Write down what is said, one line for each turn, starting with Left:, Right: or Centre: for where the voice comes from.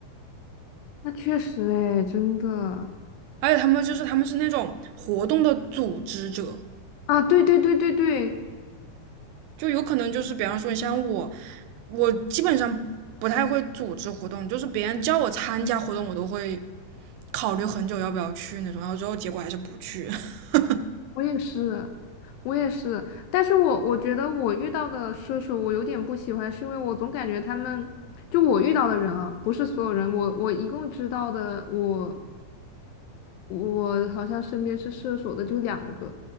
Left: 那确实，哎，真的。
Right: 而且他们就是他们是那种活动的组织者，
Left: 啊，对对对对对，
Right: 就有可能就是比方说像我，我基本上不太会组织活动，就是别人叫我参加活动，我都会考虑很久要不要去那种，然后最后结果还是不去。<laughs>
Left: 我也是，我也是，但是我我觉得我遇到的射手我有点不喜欢，是因为我总感觉他们，就我遇到的人啊，不是所有人，我我一共知道的，我我好像身边是射手的就两个，